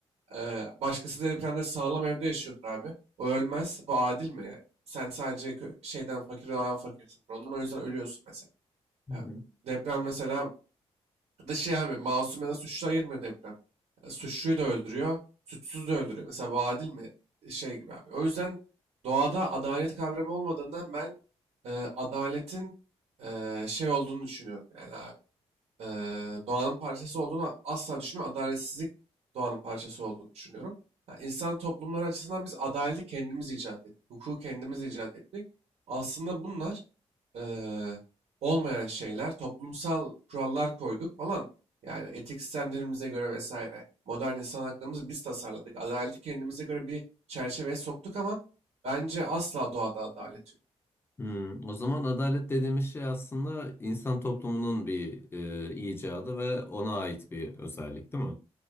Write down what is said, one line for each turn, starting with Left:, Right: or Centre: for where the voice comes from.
Right: Ee, başkası depremde sağlam evde yaşıyordur abi. O ölmez. Bu adil mi yani? Sen sadece kö- şeyden fakir olan fakirsin. Ondan o yüzden ölüyorsun mesela.
Left: hı,
Right: Yani deprem mesela da şey abi masum ya da suçlu ayırmıyor deprem. Yani suçluyu da öldürüyor. Suçsuzu da öldürüyor. Mesela bu adil mi? Şey gibi abi. O yüzden doğada adalet kavramı olmadığından ben e, adaletin e, şey olduğunu düşünüyorum yani abi eee, doğanın parçası olduğunu asla düşünmüyorum. Adaletsizlik doğanın parçası olduğunu düşünüyorum. Yani insan toplumları açısından biz adaleti kendimiz icat ettik. Hukuku kendimiz icat ettik. Aslında bunlar eee, olmayan şeyler. Toplumsal kurallar koyduk falan. Yani etik sistemlerimize göre vesaire. Modern insan haklarımızı biz tasarladık. Adaleti kendimize göre bir çerçeveye soktuk ama bence asla doğada adalet yok.
Left: Hmm, o zaman adalet dediğimiz şey aslında insan toplumunun bir e, icadı ve ona ait bir özellik, değil mi?